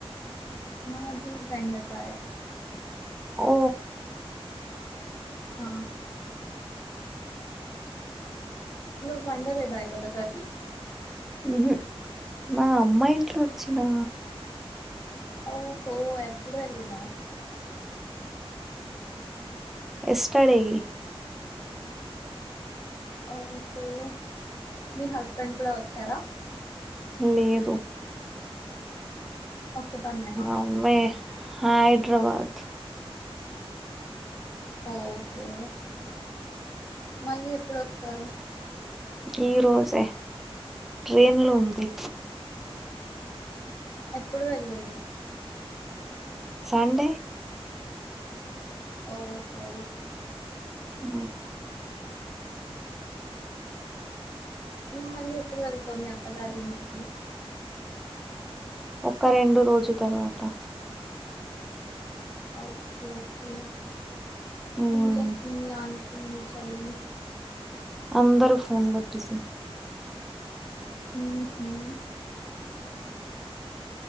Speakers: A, on the left; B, in the centre.
A: మాది బెండకాయ
B: ఓ
A: హ నువ్ వండలేదా <unintelligible>
B: మ్మ్ మా అమ్మా ఇంట్లో వచ్చి నా
A: ఓహో ఎప్పుడు వెళ్ళినై
B: ఎస్టర్డే
A: మ్ హ్మ్ మీ హస్బెండ్ కూడా వచ్చారా
B: లేదు
A: ఒక్కదానివేనా
B: మమ్మీ హైదరాబాద్
A: ఓహో మళ్ళీ ఎప్పుడొస్తారు
B: ఈ రోజే ట్రైన్లో ఉంది
A: ఎప్పుడు వెళ్ళిండు
B: సండే
A: ఓహో
B: అ
A: నువ్ మళ్ళీ ఎప్పుడు వెలతవ్ మీ అత్త గారి ఇంటికి
B: ఒక రెండు రోజు తరువాత
A: ఓకేఓకే
B: ఉమ్
A: ఏం చేస్తుంది ఆం టీ మీ చెల్లి
B: అందరు ఫోన్లో బిజి
A: మ్ హ్మ్